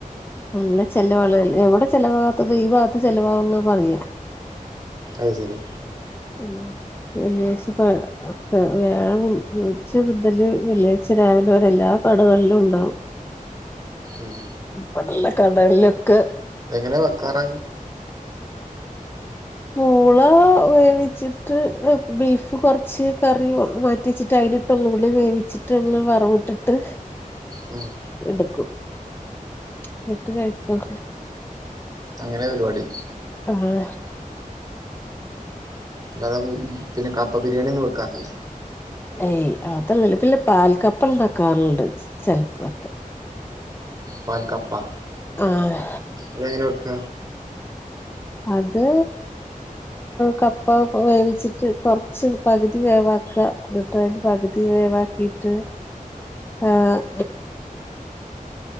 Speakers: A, on the left; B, on the right.
A: നല്ല ചെലവുള്ള എവിടെ ചെലവാകാത്തത് ഈ ഭാഗത്ത് ചെലവാക്കുന്നു പറയും.
B: അത് ശരി.
A: ഉം വെള്ളിയാഴ്ച പ ഒക്കെ വ്യാഴം ഉച്ച മുതല് വെള്ളിയാഴ് ച്ച രാവിലെ ഒരു എല്ലാ കടകളിലും ഉണ്ടാവും
B: ഉം
A: ഇവിടെള്ള കടലിലൊക്കെ
B: എങ്ങനെ വെക്കാറാ
A: പൂള വേവിച്ചിട്ട് ബീഫ് കുറച്ച് കറി മാറ്റി വെച്ചിട്ട് അതിലിട്ടൊ ഒന്നും കൂടി വേവിച്ച് സ്റ്ററില് വറവിട്ടിട്ട്
B: ഉം
A: എടുക്കും എന്നിട്ട് കഴിക്ക
B: അങ്ങനെ പാരിപാടി
A: ആഹ്
B: അല്ലാതെ പിന്നെ കപ്പ ബിരിയാണി ഒന്നും വെക്കാറില്ലേ
A: ഏയ് അത്രണ്ട് പിന്നെ പാൽക്കപ്പ ഉണ്ടാക്കാറുണ്ട് ചെലപ്പൊക്കെ
B: പൽക്കപ്പ
A: ആഹ്
B: അതെങ്ങനെ വെക്ക
A: അത് കപ്പ വേവിച്ചിട്ട് കുറച്ച് പകുതി വേവാക്കുക പകുതി വേവാക്കിട്ട് ആഹ്